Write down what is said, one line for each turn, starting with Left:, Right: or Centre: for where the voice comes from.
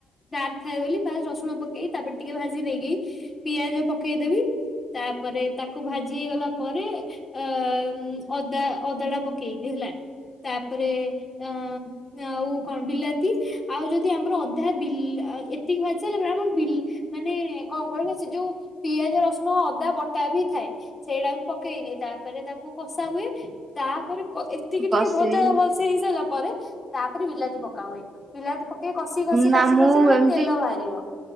Left: ଡାର ଥାଏ ବୋଲି ଫାଷ୍ଟ ରସୁଣ ପକେଇି ତାପରେ ଟିକେ ଭାଜି ଦେଇକି ପିଆଜ ପକ ପକେଇଦବି ତାପରେ ତାକୁ ଭାଜି ହେଇଗଲା ପରେ ଅ। ଉଁ ଅଦା ଅଦା ଟା ପକେଇବି ହେଲା ତାପରେ ଅଁ। ଆଉ କଣ ବିଲାତି ଆଉ ଯଦି ଆମର ଅଧା ବିଲ ଏ- ଏତିକି ଭାଜିସାଇଲା ପରେ ଆମର ବିଲ ମାନେ କଣ କହିଲ ସେ ଯୋଉ। ପିଆଜ ରସୁଣ ଅଦା ବଟା ବି ଥାଏ। ସେଇଟା ବି ପକେଇଦିଏ ତାପରେ ତାକୁ କଷା ହୁଏ ତାପରେ। ଏତିକି
Right: କଷେଇ
Left: ଟିକେ ଭଜା ଭଲସ ହେଇ ସାରିଲା ପରେ। ତାପରେ ବିଲାତି ପକା ହୁଏ ବିଲାତି ପକେଇ କଷି କଷି
Right: ନା
Left: କଷି
Right: ମୁଁ
Left: କଷି ପୁରା
Right: ଏମିତି
Left: ତେଲ ବାହାରିବ ‌